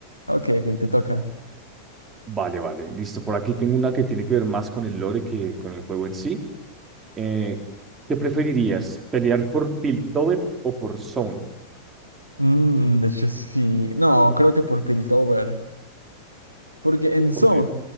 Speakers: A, on the right; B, on the right.
A: Ok, ok, te toca.
B: Vale, vale, listo. Por aquí tengo una que tiene que ver más con el lore que con el juego en sí. Eh, ¿qué preferirías? ¿Pelear por Piltover o por Zone?
A: Mm, de hecho sí. No, creo que por Piltover. Porque en
B: ¿Por
A: Zone,
B: qué?